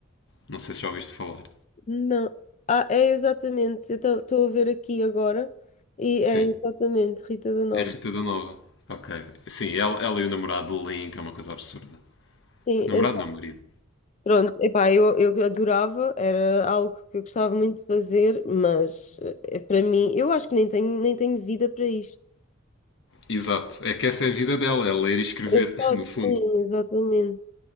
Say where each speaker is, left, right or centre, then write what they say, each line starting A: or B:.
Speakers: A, on the left; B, on the left.
A: Não sei se já ouviste falar.
B: Não. Ah, é exatamente, eu estou a ver aqui agora e
A: Sim,
B: é exatamente Rita da Nova.
A: é a Rita da Nova. Ok. Sim, ela, ela e o namorado leem, que é uma coisa absurda.
B: Sim,
A: Namorado não, marido.
B: Pronto, epá, eu, eu adorava, era algo que eu gostava muito de fazer, mas eh, para mim, eu acho que nem tenho, nem tenho vida para isto.
A: Exato. É que essa é a vida dela, é ler e escrever,
B: Exato,
A: <laughs> no fundo.
B: sim, exatamente.